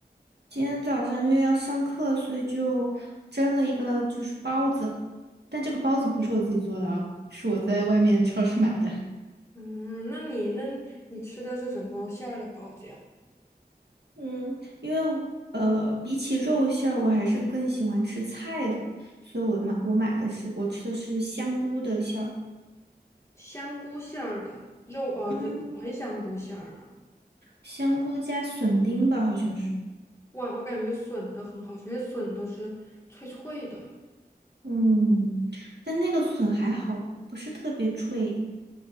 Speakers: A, on the right; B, on the left.
A: 今天早上因为要上课，所以就蒸了一个就是包子，但这个包子不是我自己做的啊，是我在外面超市买的。
B: 嗯，那你那你吃的是什么馅儿的包子呀？
A: 嗯，因为呃，比起肉馅儿，我还是更喜欢吃菜的，所以我买我买的是我吃的是香菇的馅儿，
B: 香菇馅儿的，肉呃肉纯香菇馅儿的。
A: 嗯，香菇加笋丁吧，好像是，
B: 哇，我感觉笋的很好吃，因为笋都是脆脆的。
A: 嗯，但那个笋还好，不是特别脆。